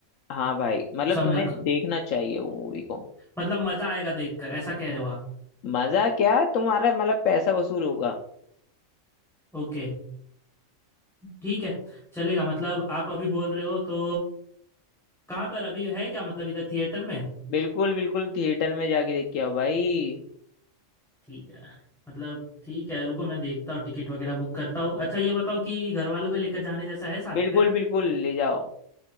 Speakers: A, on the left (about 80°); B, in the centre.
A: हाँ भाई मतलब
B: समझा
A: तुम्हें देखना चाहिए वो मूवी को
B: मतलब मजा आएगा देखकर ऐसा कह रहे हो आप
A: मजा क्या तुम्हारा मतलब पैसा वसूल होगा
B: ओके ठीक है चलेगा मतलब आप अभी बोल रहे हो तो कहाँ पर अभी है क्या मतलब इधर थिएटर में
A: बिल्कुल बिल्कुल थिएटर में जाके देख के आओ भाई
B: ठीक है मतलब ठीक है रुको मैं देखता हूँ टिकट वगैरह बुक करता हूँ अच्छा ये बताओ कि घर वालों को लेकर जाने जैसा है साथ
A: बिल्कुल
B: में
A: बिल्कुल ले जाओ